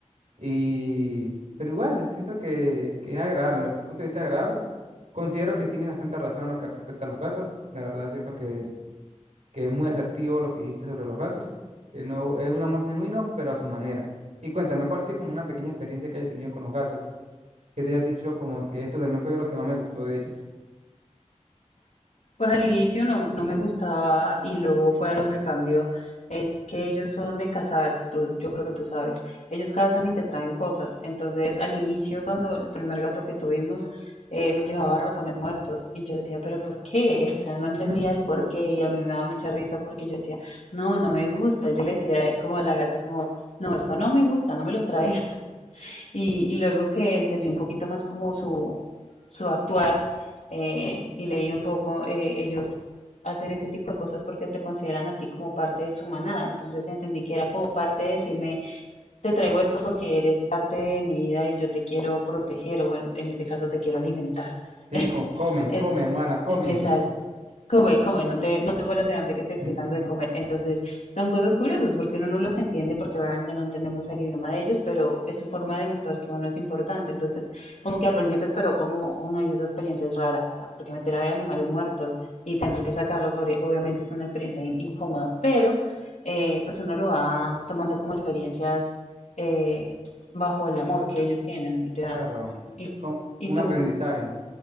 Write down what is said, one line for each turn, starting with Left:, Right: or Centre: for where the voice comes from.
Right: Y, pero igual, siento que, que es agradable, en lo- desde el punto de vista agradable. Considero que tienes bastante razón en lo que respecta a los gatos. La verdad, siento que, que es muy asertivo lo que dijiste sobre los gatos, que no es un amor genuino, pero a su manera. Y cuéntame, ¿cuál ha sido como una pequeña experiencia que hayas tenido con los gatos? Que te hayas dicho como que esto también fue lo que más me gustó de ellos.
Left: Pues al inicio no, no me gustaba y luego fue algo que cambió. Es que ellos son de cazar, tú- yo creo que tú sabes. Ellos cazan y te traen cosas. Entonces al inicio, cuando el primer gato que tuvimos eh, me llevaba ratones muertos y yo decía, pero ¿por qué? O sea, no entendía
Right: <laughs>
Left: el por qué y a mí me daba mucha risa porque yo decía, no, no me gusta. Yo le decía como a la gata, como, no, esto no me gusta, no me lo traes. Y, y luego que entendí un poquito más como su, su actuar eh, y leí un poco, eh, ellos hacen ese tipo de cosas porque te consideran a ti como parte de su manada. Entonces entendí que era como parte de decirme, te traigo esto porque eres parte de mi vida y yo te quiero proteger o bueno, en este caso te quiero alimentar.
Right: Sí,
Left: <laughs>
Right: como come,
Left: Entonces,
Right: come, humana, come.
Left: este, exacto. Come, come, no te, no te mueras de hambre que te estoy
Right: <laughs>
Left: dando de comer. Entonces, son cosas curiosas porque uno no los entiende porque obviamente no entendemos el idioma de ellos, pero es su forma de mostrar que uno es importante. Entonces, como que al principio esperó como uno dice, esa experiencia es rara, o sea, porque meter a animales muertos y tener que sacarlos obvi- obviamente es una experiencia in- incómoda, pero eh, pues uno lo va tomando como experiencias eh, bajo el amor que ellos tienen y te dan.
Right: Claro,
Left: Y,
Right: con
Left: y
Right: un
Left: tú,
Right: aprendizaje.